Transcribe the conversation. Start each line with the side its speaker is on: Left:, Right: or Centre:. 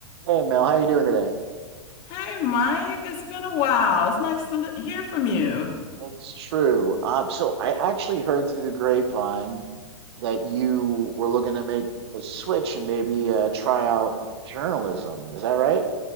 Right: Hey Mel, how you doing today?
Left: Hey, Mike, it's been a while. It's nice to li- hear from you.
Right: It's true. Um, so I actually heard through the grapevine that you were looking to make a switch and maybe uh, try out journalism. Is that right?